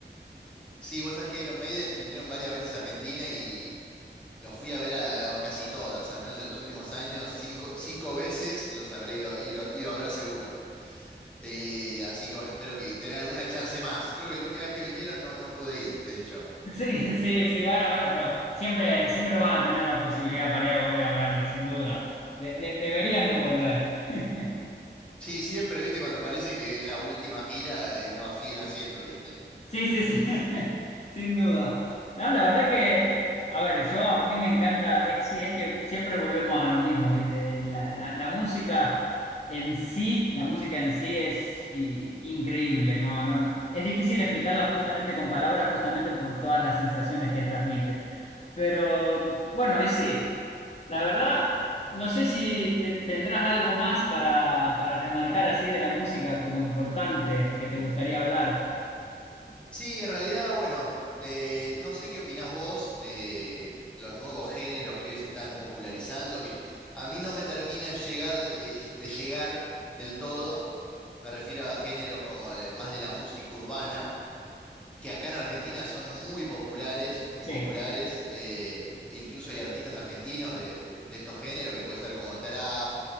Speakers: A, in the centre; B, on the left.
A: Sí, vos sabés que Iron Maiden vinieron varias veces a Argentina y Los fui a ver a, casi todas, al menos en los últimos años, cinco, cinco veces los habré ido, ido, ido a ver seguro. Eh, así que bueno, espero que tener alguna chance más. Creo que la última vez que vinieron no, no pude ir, de hecho.
B: Sí, <laughs> sí, sí, bueno, bueno, pero siempre, siempre vas a tener la posibilidad para ir a volver a verlo, sin duda. De- de- deberían de volver. <laughs>
A: Sí, siempre, viste, cuando parece que es la última gira, eh, no, siguen haciendo, viste.
B: Sí, sí, sí, <laughs> sin duda. No, la verdad que, a ver, yo a mí me encanta, es, sí, es que siempre volvemos a lo mismo, ¿viste? La, la- la música en sí, la música en sí es i- increíble, ¿no? No, es difícil explicarla justamente con palabras, justamente por todas las sensaciones que transmite. Pero bueno, ahí sí, la verdad, no sé si te- tendrás algo más para, para remarcar así de la música como importante que te gustaría hablar.
A: Sí, en realidad, bueno, eh, no sé qué opinás vos de los nuevos géneros que hoy se están popularizando, que a mí no me terminan llegar, eh, de llegar del todo. Me refiero a géneros como el- más de la música urbana, que acá en Argentina son muy populares, muy
B: Sí.
A: populares. eh, incluso hay artistas argentinos de, de estos géneros, que puede ser como trap,